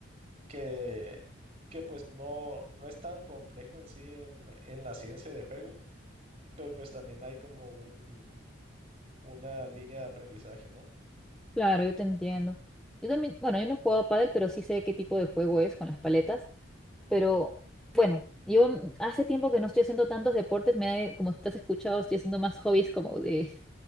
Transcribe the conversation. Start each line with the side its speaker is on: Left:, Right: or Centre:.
Right: que, que pues no, no es tan complejo en sí en, en la ciencia de juego, pero pues también hay como un, una línea de aprendizaje, ¿no?
Centre: claro, yo te entiendo. Yo también, bueno, yo no he jugado pádel, pero sí sé qué tipo de juego es con las paletas. Pero bueno, yo hace tiempo que no estoy haciendo tantos deportes, me he- como te has escuchado, estoy haciendo más hobbies como de